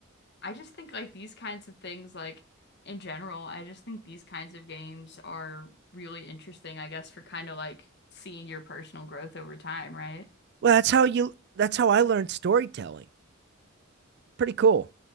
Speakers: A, on the left; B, on the right.
A: I just think like these kinds of things, like in general, I just think these kinds of games are really interesting, I guess, for kind of like seeing your personal growth over time, right?
B: Well, that's how you that's how I learned storytelling. Pretty cool.